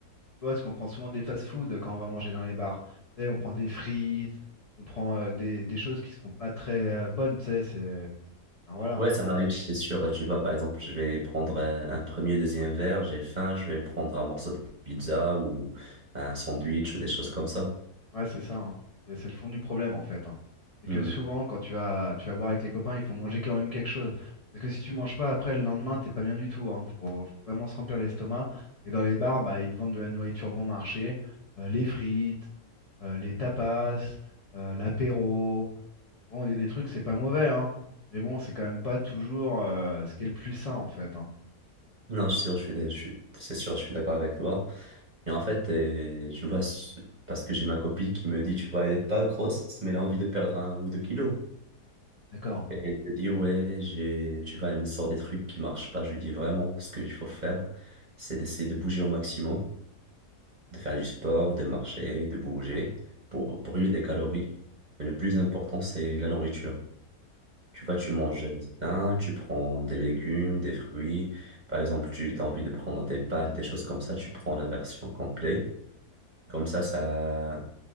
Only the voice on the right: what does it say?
Ouais, ça m'arrive, c'est sûr. Tu vois, par exemple, je vais prendre un, un premier, deuxième verre, j'ai faim, je vais prendre un morceau de pizza ou un sandwich ou des choses comme ça.
Hmm.
Non, c'est sûr, je suis, dé- je suis- c'est sûr, je suis d'accord avec toi. Mais en fait, euh, tu vois, s- parce que j'ai ma copine qui me dit, tu vois, elle est pas grosse, mais elle a envie de perdre un ou deux kilos.
Et elle me dit, ouais, j'ai, tu vois, elle me sort des trucs qui marchent pas. Je lui dis vraiment, ce qu'il faut faire, c'est d'essayer de bouger au maximum. de faire du sport, de marcher, de bouger pour brûler des calories. Mais le plus important, c'est la nourriture. Tu vois, tu
manges sain, tu prends des légumes, des fruits. Par exemple, tu as envie de prendre des pâtes, des choses comme ça, tu prends la version complète. Comme ça, ça,